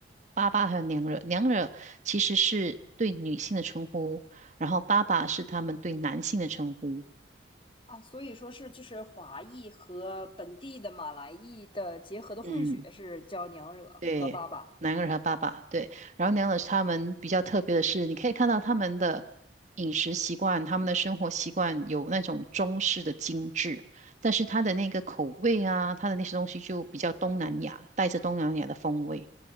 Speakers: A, on the right; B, on the left.
A: 爸爸还有娘惹，娘惹其实是对女性的称呼，然后爸爸是他们对男性的称呼。
B: 啊，所以说是就是华裔和本地的马来裔的结合的混血是叫娘惹和爸爸。
A: 嗯，对，男儿和爸爸，对，然后娘惹他们比较特别的是，你可以看到他们的饮食习惯、他们的生活习惯有那种中式的精致，但是他的那个口味啊，他的那些东西就比较东南亚，带着东南亚的风味。